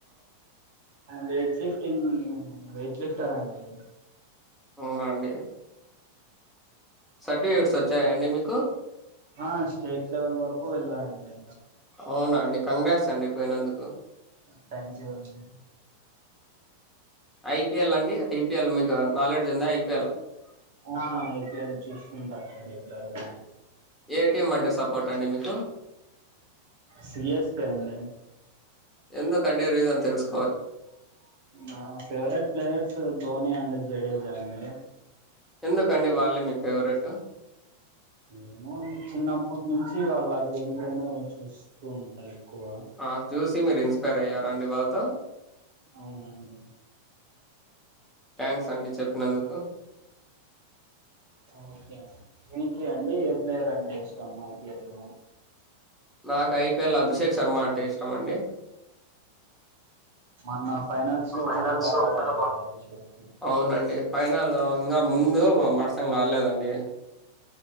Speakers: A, on the right; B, in the centre.
A: వెయిట్ లిఫ్టింగ్ వెయిట్ లిఫ్టర్ అండి
B: అవున అండి సర్టిఫికేట్స్ వచ్చాయా అండి మీకు
A: ఆ స్టేట్ లెవెల్ వరకు వెళ్ళనండి
B: అవునా అండి కంగ్రాట్స్ అండి పోయినందుకు
A: థ్యాంక్ యూ అండి
B: ఐపీఎల్ అండి ఐపిఎల్ మీకు నాలెడ్జ్ ఉందా ఐపీ
A: ఆ ఐపీఎల్ చూస్తుంటా అండి రెగ్యులర్గా
B: ఏ టీం అంటే సపోర్ట్ అండి మీకు
A: సి ఎస్ కే అండి
B: ఎందుకండి రీజన్ తెల్సు
A: నా favourite players Dhoni and Jadeja అండి
B: ఎందుకండి వాళ్ళే మీ ఫేవరెట్
A: ఏమో అండి చిన్నప్పటి నుంచి వాళ్ళ గేమ్ ప్లే నే చూస్తూ ఉంటా ఎక్కువ
B: ఆ చూసి మీరు ఇన్స్పైర్ అయ్యారా అండి వాళ్ళతో
A: అవునండి
B: థ్యాంక్స్ అండి చెప్పినందుకు
A: ఒకే మీకే అండి ఏ ప్లేయర్ అంటే ఇష్టం ఐపిఎల్ లో
B: నాకు ఐపిఎల్ అభిషేక్ శర్మ అంటే ఇష్టం అండి
A: మొన్న ఫైనల్స్
B: ఆ
A: లో
B: ఫైనల్స్‌లో
A: కూడా బాగా ఆడాడండి
B: కూడా బా
A: అభిషేక్
B: అవునండి. ఫైనల్ ఇంకా ముందు మట్సం కాలేదండి